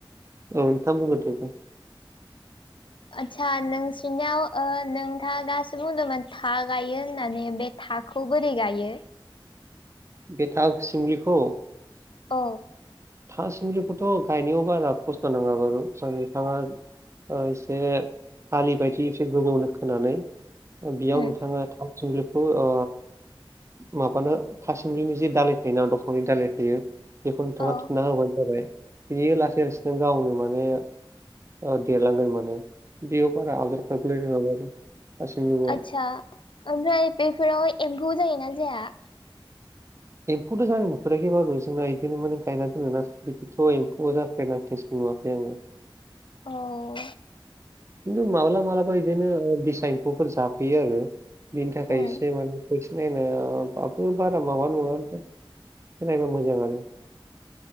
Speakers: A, on the right (about 30°); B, on the left (about 65°).
A: औ नोंथां बुंगोरदोदे
B: आस्सा नोंसिोरनियाव नोंथाङा दासो बुंदोंमोन था गायो होननानै बे थाखौ बोरै गायो?
A: बेटा सिमलिखौ
B: औ
A: था सिमलिखौथ' गायनायाव बारा खस्थ' नाङा बारु स' नोंथाङा ओ एसे आलि बायदि एसे गोबावनो खोनानै ओ बेयाव
B: उम
A: नोंथाङा थाव सुमब्लिबखौ ओ माबानो था सिमलिनि जि दालाय थायोना दंफांनि दालाय थायो बेखौ नोंथाङा
B: औ
A: थुना होबानो जाबाय। बियो लासै लासैनो गावनो माने ओ देरलांगोन माने बेयाव बारा आदार खालामबलायनोङाब आरो गासैआव
B: आदसा ओमफ्राय बेफोराव एम्फौ जायोना जाया?
A: एम्फौथ' जानाय नुफेराखै बारु जोंना बिदिनो माने गायना दोनो नाथ' एम्फौआ जाखायना केन्स नुवाखै आङो।
B: औ
A: खिन्थु माब्लाबा माबलाबा बिदिनो दैसा एम्फौफोर जाफैयो आरो। बिनि थाखाय
B: उम
A: एसे माने फै नायनो बाथ' बारा माबा नङा सोलायबा मोजां आरो।